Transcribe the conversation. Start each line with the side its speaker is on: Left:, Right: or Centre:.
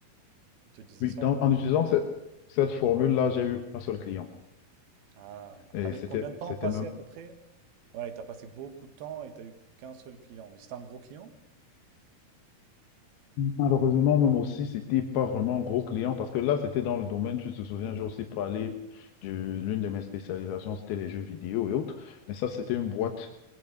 Right: Ils te disaient
Left: oui,
Right: ça?
Left: dans- en utilisant cette, cette formule-là, j'ai eu un seul client.
Right: Ah,
Left: Et
Right: avec
Left: c'était,
Right: combien de temps
Left: c'était
Right: passé
Left: même
Right: à peu près? Ouais, t'as passé beaucoup de temps et t'as eu qu'un seul client. Mais c'était un gros client?
Left: Malheureusement, même aussi, c'était pas vraiment un gros client parce que là, c'était dans le domaine, tu te souviens, j'ai aussi parlé de l'une de mes spécialisations, c'était les jeux vidéo et autres, mais ça, c'était une boîte